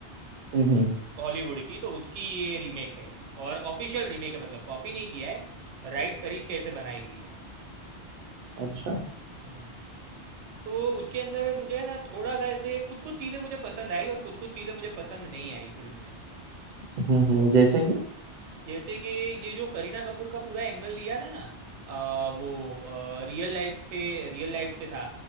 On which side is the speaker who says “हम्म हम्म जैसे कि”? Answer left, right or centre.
Right